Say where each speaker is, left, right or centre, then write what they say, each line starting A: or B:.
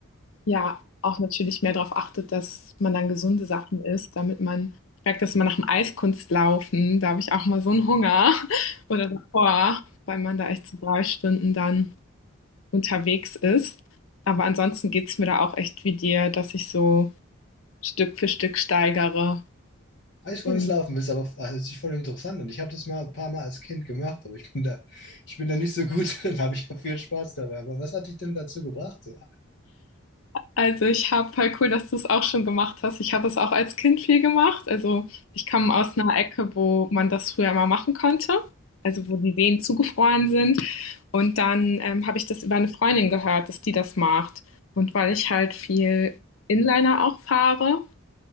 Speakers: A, on the left (about 70°); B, on the left (about 55°).
A: Ja, auch natürlich mehr darauf achtet, dass man dann gesunde Sachen isst, damit man ich merke das immer nach dem Eiskunstlaufen, da habe ich auch mal so einen Hunger <laughs> oder davor, weil man da echt so drei Stunden dann unterwegs ist. Aber ansonsten geht es mir da auch echt wie dir, dass ich so Stück für Stück steigere
B: Eiskunstlaufen
A: und
B: ist aber also, hört sich voll interessant an. Ich habe das mal ein paar Mal als Kind gemacht, aber ich bin da, ich bin da nicht so gut <laughs> drin, aber ich habe viel Spaß dabei. Aber was hat dich denn dazu gebracht? So?
A: Also, ich habe voll cool, dass du es auch schon gemacht hast. Ich habe es auch als Kind viel gemacht. Also, ich komme aus einer Ecke, wo man das früher mal machen konnte, also, wo die Seen zugefroren sind. Und dann, ähm, habe ich das über eine Freundin gehört, dass die das macht. Und weil ich halt viel Inliner auch fahre,